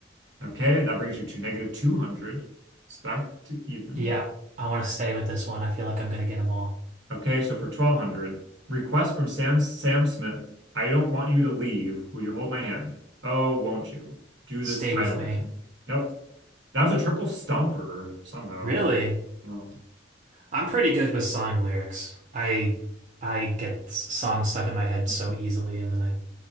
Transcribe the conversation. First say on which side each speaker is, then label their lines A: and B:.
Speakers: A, on the right (about 70°); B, on the right (about 45°).
A: Okay, that brings you to negative 200. It's back to even.
B: Yep. I want to stay with this one. I feel like I'm gonna get them all.
A: Okay, so for 1200, request from Sam Sam Smith. I don't want you to leave. Would you hold my hand? Oh, won't you? Do
B: Stay
A: this title
B: with me.
A: election. Yep. That was a triple stumper somehow.
B: Really?
A: No.
B: I'm pretty good with song lyrics. I I get s- songs stuck in my head
A: <laughs>
B: so easily, and then I,